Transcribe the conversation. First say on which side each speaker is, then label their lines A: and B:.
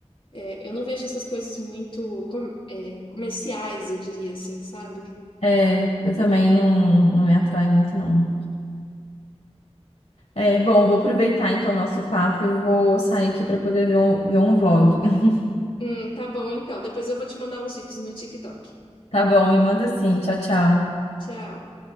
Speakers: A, on the left; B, on the left.
A: é, eu não vejo essas coisas muito com- é, comerciais, eu diria assim, sabe?
B: é, eu também não, não me atrai muito, não. É, bom, eu vou aproveitar, então, o nosso papo e eu vou sair aqui para poder ver um, ver um vlog. <laughs>
A: Hum, tá bom então. Depois eu vou te mandar uns vídeos no TikTok.
B: Tá bom, me manda assim, tchau, tchau.
A: Tchau.